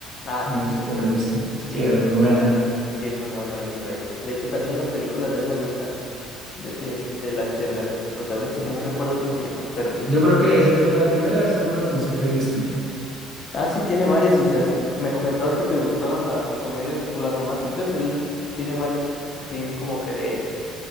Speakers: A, on the left; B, on the right.
A: Ah,
B: No
A: sí,
B: sé
A: sí,
B: si te la has visto. Sí,
A: sí,
B: esa es muy buena.
A: sí es muy buena Baby Driver. De hecho, también las películas de él me gustan. De ese, ch- de la, de la protagonista que no recuerdo cómo se llama, pero sí.
B: Yo creo que ese fue la primera de ese protagonista que he visto.
A: Ah, sí, tiene varias y así me comentabas que te gustaban las comedias, o las románticas, él tiene varias, sí, sí, como que de,